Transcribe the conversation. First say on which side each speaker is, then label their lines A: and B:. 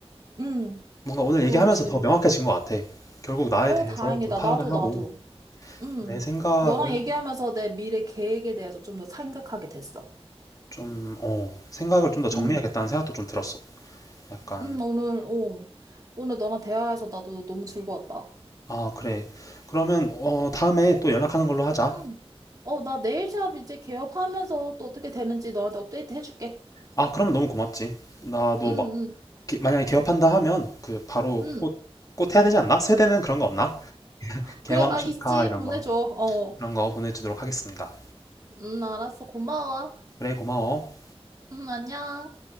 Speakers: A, on the right (about 35°); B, on the left (about 35°).
A: 음,
B: 뭔가 오늘
A: 그렇지.
B: 얘기하면서 더 명확해진 것 같아. 결국 나에
A: 어,
B: 대해서
A: 다행이다.
B: 더 파악을
A: 나도,
B: 하고
A: 나도. 음,
B: 내 생각을
A: 너랑 얘기하면서 내 미래 계획에 대해서 좀 더 생각하게 됐어.
B: 좀, 어, 생각을 좀 더 정리해야겠다는
A: 음.
B: 생각도 좀 들었어. 약간,
A: 응, 오늘, 오. 오늘 너랑 대화해서 나도 너무 즐거웠다.
B: 아, 그래. 그러면, 어, 다음에 또 연락하는 걸로 하자.
A: 응, 어, 나 네일샵 이제 개업하면서 또 어떻게 되는지 너한테 업데이트 해줄게.
B: 아, 그러면 너무 고맙지. 나도
A: 응,
B: 막,
A: 응,
B: 기- 만약에 개업한다 하면 그 바로
A: 응.
B: 꽃, 꽃 해야 되지 않나? 세대는 그런 거 없나? 개원
A: 그래, 아,
B: 축하
A: 있지.
B: 이런
A: 보내줘.
B: 거
A: 어.
B: 그런 거 보내주도록 하겠습니다.
A: 응, 알았어. 고마워.
B: 그래 고마워.
A: 응, 안녕.